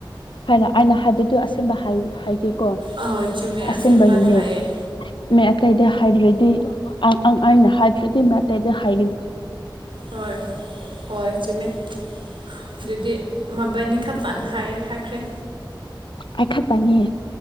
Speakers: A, on the left; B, on the right.
A: ꯍꯥꯏꯅ ꯑꯩꯅ ꯍꯥꯏꯕꯗꯨ ꯑꯁ ꯍꯥꯏ ꯍꯦ ꯀꯣ
B: ꯑꯍꯣꯏ ꯆꯨꯝꯃꯦ
A: ꯑꯁꯕꯒꯤꯅꯦ
B: ꯑꯁꯦꯡꯕꯅ ꯍꯥꯏꯌꯦ
A: ꯃ ꯑꯇꯩꯗ ꯍꯥꯏꯗ꯭ꯔꯗꯤ ꯑꯩꯅ ꯍꯥꯏꯗ꯭ꯔꯗꯤ ꯃꯇꯇꯩꯗ ꯍꯥꯏꯒꯅ
B: ꯍꯣꯏ ꯍꯣꯏ ꯍ ꯆꯨꯝꯃꯦ ꯑꯗꯨꯗꯤ ꯃꯕꯥꯅꯤ ꯈ ꯇꯅ ꯍꯥꯏ ꯍꯥꯏꯈ꯭ꯔꯦ
A: ꯑ ꯈꯠ ꯇꯅꯤ